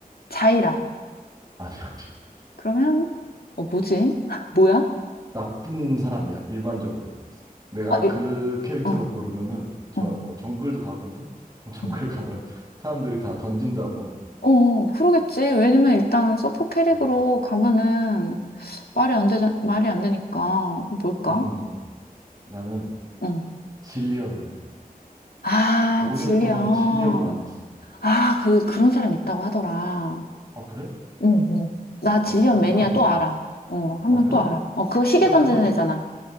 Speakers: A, on the left; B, on the right.
A: 자이라.
B: 아니야, 아니야.
A: 그러면 어 뭐지? <laughs> 뭐야?
B: 나쁜 사람이야, 일반적으로. 내가
A: 아, 이-
B: 그 캐릭터로
A: 어,
B: 고르면은 저
A: 어,
B: 뭐 정글도 가거든. <laughs> 정글
A: 음.
B: 가면 사람들이 다 던진다고.
A: 어, 어, 그러겠지. 왜냐면 일단 서포 캐릭으로
B: 음,
A: 가면은 말이 안 되자, 말이 안 되니까. 그 뭘까?
B: 음, 나는
A: 어.
B: 질리언을
A: 아,
B: 5년
A: 질리언.
B: 동안 질리언만 했어.
A: 아, 그, 그런 사람 있다고 하더라.
B: 어, 그래?
A: 응, 응. 나 질리언
B: 어, 그래. 희한하다.
A: 매니아 또 알아. 어, 한
B: 아,
A: 명
B: 그래?
A: 또 알아. 어, 그거 시계
B: 난
A: 던지는
B: 그건
A: 애잖아.